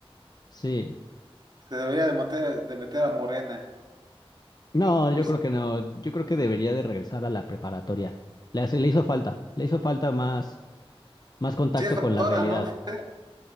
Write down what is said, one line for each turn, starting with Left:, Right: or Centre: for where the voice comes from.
Left: Sí.
Right: Se debería de meter, de meter a Morena.
Left: No,
Right: ¿Sí?
Left: yo creo
Right: Pues,
Left: que no, yo creo que debería de regresar a la preparatoria. Le hace- le hizo falta, le hizo falta más, más contacto
Right: sí es doctora,
Left: con la realidad.
Right: ¿no? doctora.